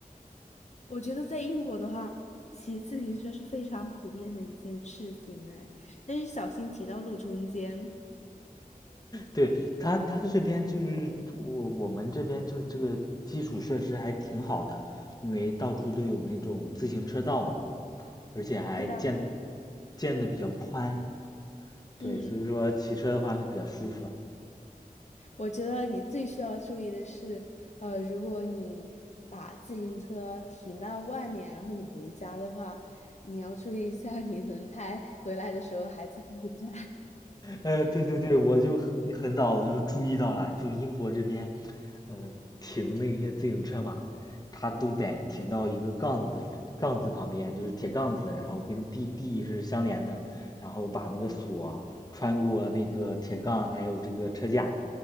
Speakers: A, on the left (about 50°); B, on the left (about 25°).
A: 我觉得在英国的话，骑自行车是非常普遍的一件事情哎，但是小心骑到路中间。
B: 对，他他这边就是我我们这边就是这个基础设施还挺好的，因为到处都有那种自行车道嘛，而且还建
A: 对呀，
B: 建的比较宽，对，
A: 嗯，
B: 所以说骑车的话会比较舒服。
A: 我觉得你最需要注意的是，呃，如果你把自行车停到外面，然后你回家的话，你要注意一下你轮胎 <laughs> 回来的时候还在不在。<laughs>
B: 呃，对对对，我就很很早我就注意到了，就英国这边，呃，停那些自行车嘛，它都得停到一个杠子杠子旁边，就是铁杠子，然后跟地地是相连的，然后把那个锁穿过那个铁杠，还有这个车架，